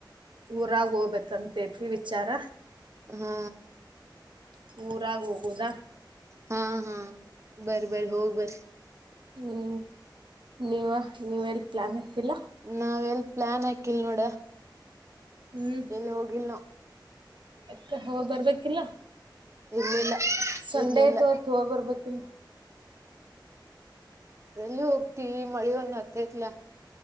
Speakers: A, on the right; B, on the right.
A: ಊರಾಗ ಹೋಗ್ಬೇಕಂತೇತಿ ವಿಚಾರ
B: ಹಾ
A: ಪಊರಾಗಿ ಹೋಗೋದ
B: ಹಾ ಹಾ ಬರ ಬರಿ ಹೋಗ್ ಬರ
A: ಹ್ಞೂ ನೀವ ನೀವ ಎಲ್ಲಿ ಪ್ಲ್ಯಾನ್ ಆಕಿಲ್ಲ
B: ನಾವ್ ಎಲ್ ಪ್ಲಾನ್ ಹಾಕಿಲ್ ನೋಡ
A: ಹ್ಮ್
B: ಎಲ್ಲಿ ಹೋಗಿಲ್ ನೋ
A: ಅಕ್ಕ ಹೋಗ್ ಬರ್ಬೇಕಿಲ್ಲ
B: ಇರ್ಲಿಲ್ಲ
A: ಸಂಡೆ
B: ಇರ್ಲಿಲ್ಲ
A: ಐತೆ ಅವ ತವ ಬರ್ಬೇಕಿಿಲ್ಲ
B: ಎಲ್ಲಿ ಹೋಗ್ತಿೀವಿ ಮಳಿ ಒಂದ ಹತ್ತೈತ್ಲ